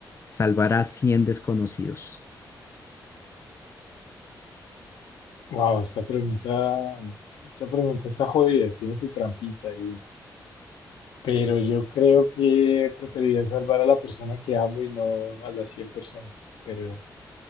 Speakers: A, on the left; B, on the left.
A: salvar a 100 desconocidos?
B: Wow, esta pregunta, esta pregunta está jodida, tiene su trampita ahí. Pero yo creo que preferiría salvar a la persona que amo y no a las 100 personas. Pero